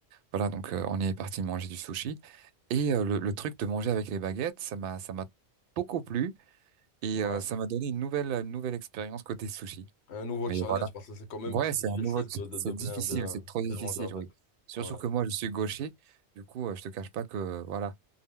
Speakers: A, on the right; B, on the left.
A: voilà, donc euh, on est parti manger du sushi. Et euh, le, le truc de manger avec les baguettes, ça m'a ça m'a beaucoup plu et
B: Ouais.
A: euh, ça m'a donné une nouvelle une nouvelle expérience côté sushi.
B: Un nouveau
A: Mais
B: challenge
A: voilà.
B: parce que c'est quand même
A: Ouais,
B: assez
A: c'est
B: difficile
A: un nouveau t-
B: de, de,
A: c'est
B: de bien,
A: difficile,
B: bien,
A: c'est trop difficile,
B: bien manger avec.
A: oui. Surtout
B: Ouais.
A: que moi je suis gaucher. Du coup, euh, je te cache pas que euh, voilà,